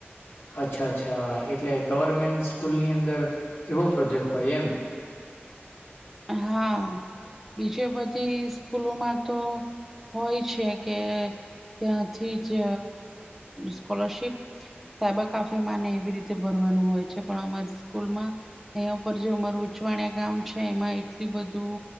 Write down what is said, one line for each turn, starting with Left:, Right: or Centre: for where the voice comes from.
Left: અચ્છા અચ્છા એટલે ગવર્મેન્ટ સ્કૂલની અંદર, એવો પ્રોજેક્ટ હોય એમ.
Centre: હા બીજે બધી સ્કૂલોમાં તો હોય છે કે ત્યાંથી જ સ્કોલરશિપ સાયબર કાફે માં ને એવી રીતે ભરવાનું હોય છે પણ અમારી સ્કૂલમાં અંયા ઉપર જો અમારું ઉચવાણિયા ગામ છે એમાં એટલી બધું.